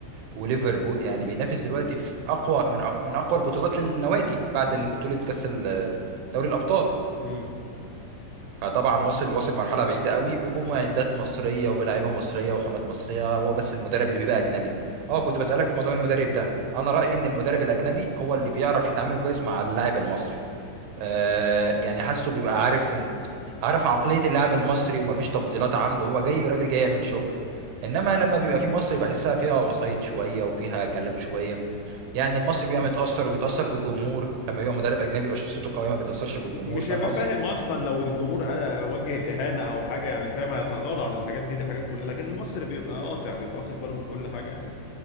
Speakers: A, on the right; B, on the left.
A: وليفربول يعني
B: مم.
A: بينافس دلوقتي في اقوى من أق- من اقوى البطولات للنوادي بعد البطولة كأس ال- دوري الأبطال
B: أيوه
A: فطبعا وصل وصل مرحلة بعيدة قوي وبمعدات مصرية وبلاعيبة مصرية وخامات مصرية هو بس المدرب اللي بيبقى أجنبي اه كنت بسألك في موضوع المدرب ده أنا رأيي إن المدرب الأجنبي هو اللي بيعرف يتعامل كويس مع اللاعب المصري آه يعني حاسه بيبقى عارف عارف عقلية اللاعب المصري ومفيش تفضيلات عنده هو جاي راجل جاي يعمل شغل انما لما بيبقى في مصري بحسها فيها وسايط شوية وفيها كلام شوية يعني المصري بيبقى متأثر وبيتأثر بالجمهور لما بيبقى مدرب اجنبي بيبقى شخصيته قوية ما بيتأثرش بالجمهور
B: مش
A: فاهم
B: هيبقى
A: قصدي
B: فاهم اصلا لو الجمهور آه، وجه اهانه او حاجه يعني فاهم هيتغاضى عن الحاجات دي دي حاجات كلها لكن المصري بيبقى قاطع بيبقى واخد باله من كل حاجه يعني